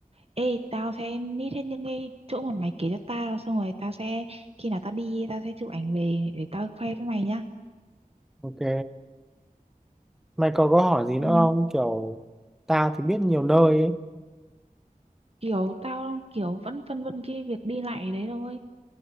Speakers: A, on the right (about 45°); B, in the centre.
A: Ê, tao sẽ nít hết những cái chỗ mà mày kể cho tao Xong rồi tao sẽ, khi nào tao đi, tao sẽ chụp ảnh về để tao khoe với mày nhá
B: ok mày có có hỏi gì nữa
A: Ừ,
B: không kiểu tao thì biết nhiều nơi ấy
A: Kiểu tao kiểu vẫn phân vân cái việc đi lại đấy thôi